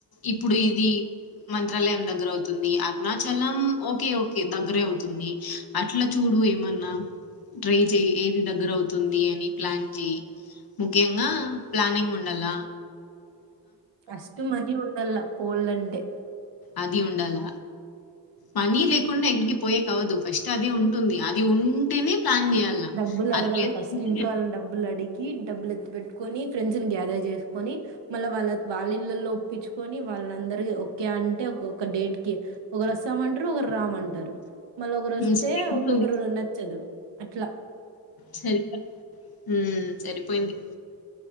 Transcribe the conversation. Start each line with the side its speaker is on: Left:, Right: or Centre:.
Left: ఇప్పుడు ఇది మంత్రాలయం దగ్గర అవుతుంది అరుణా చలం ఓకే ఓకే దగ్గరే అవుతుంది అట్ల చూడు ఏమన్నా ట్రై చెయి ఏది దగ్గర అవుతుంది అని ప్లాన్ చెయి ముఖ్యంగా ప్లానింగ్ ఉండాల
Right: ఫస్టు మనీ ఉండాల పోల్లంటే
Left: అది ఉండాల మనీ లేకుండా ఎక్కడికి పోయేకి అవ్వదు ఫస్ట్ అది ఉంటుంది అది ఉంటేనే ప్లాన్ జేయాల.
Right: డబ్బులు అడగల
Left: అది లేదంటే
Right: ఫస్ట్ ఇంట్లో వాళ్ళని డబ్బులు అడిగి డబ్బులు ఎత్తు పెట్టుకొని ఫ్రెండ్స్ ని గ్యాదర్ చేసుకొని మళ్ళ వాళ్ళ వాళ్ళ ఇళ్ళలో ఒప్పించుకొని వాళ్ళందరిక ఒకే అంటేక్క డేట్ కి ఒకరు వస్తాం అంటారు ఒకరు రామ్ంటారు మల ఒకరు
Left: హ్మ్.
Right: వస్తే
Left: సరిపోతుంది.
Right: ఇంకొకరికి నచ్చదు అట్ల
Left: సరి హుమ్ సరిపోయింది